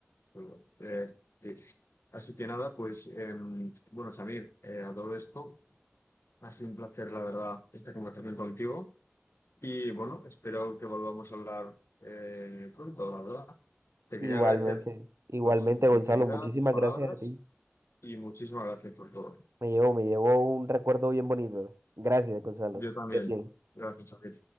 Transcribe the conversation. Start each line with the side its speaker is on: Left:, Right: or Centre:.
Left: Bueno, eh, sí. Así que nada, pues em, bueno, Samir, eh, a todo esto, ha sido un placer, la verdad, esta conversación contigo. Y bueno, espero que volvamos a hablar eh, pronto, la verdad. Te
Right: Igualmente,
Left: quería agradecer
Right: igualmente,
Left: pues tu sinceridad,
Right: Gonzalo. Muchísimas
Left: tus palabras
Right: gracias a ti.
Left: y muchísimas gracias por todo.
Right: Me llevo, me llevo un recuerdo bien bonito. Gracias, Gonzalo.
Left: Yo también.
Right: Estés bien.
Left: Gracias, Samir.